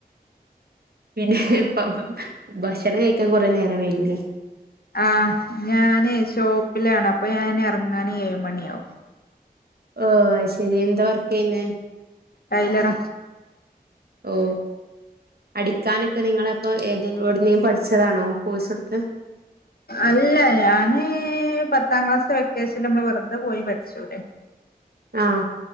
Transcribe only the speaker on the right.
പിന്നെ ഇപ്പ ഭക്ഷണം കയ്ക്കാ കൊറെേ നേരം വേയ്കീലേ?
ഓ അഹ് ശെരി എന്താ വർക്ക് യ്യ്ന്നെ?
ഓ അടിക്കാനൊക്കെ നിങ്ങള പ്പോ ഏത് എടുന്നേ പഠിച്ചതാണോ കോഴ്സ് എടുത്ത്?
ആഹ്